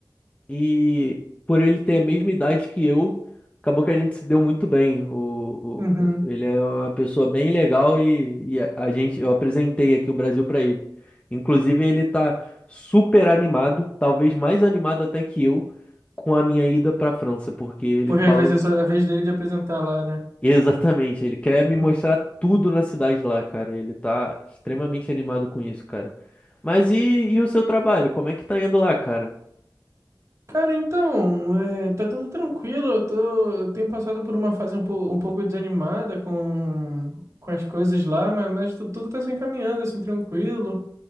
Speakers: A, on the left; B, on the right.
A: e por ele ter a mesma idade que eu, acabou que a gente se deu muito bem. O,
B: Uhum.
A: o- o- ele é uma pessoa bem legal e, e a, a gente, eu apresentei aqui o Brasil para ele. Inclusive, ele tá super animado, talvez mais animado até que eu, com a minha ida para a França, porque ele
B: Porque
A: falou
B: aí vai ser só a vez dele de apresentar lá, né?
A: Exatamente, ele quer me mostrar
B: Uhum.
A: tudo na cidade lá, cara. Ele tá extremamente animado com isso, cara. Mas e, e o seu trabalho? Como é que tá indo lá, cara?
B: Cara, então, é, tá tudo tranquilo. Eu tô, eu tenho passado por uma fase um, po- um pouco desanimada com, com as coisas lá, mas, mas tu- tudo tá se encaminhando, assim, tranquilo.